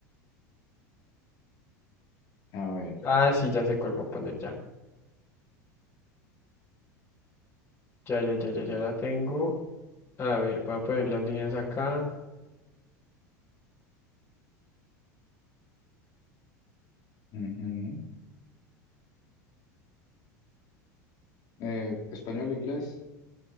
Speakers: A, on the left; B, on the left.
A: a ver.
B: Ah, sí, ya sé cuál voy a poner ya. Ya, ya, ya, ya, ya la tengo. A ver, voy a poner las líneas acá.
A: ujú. Eh, ¿español, inglés?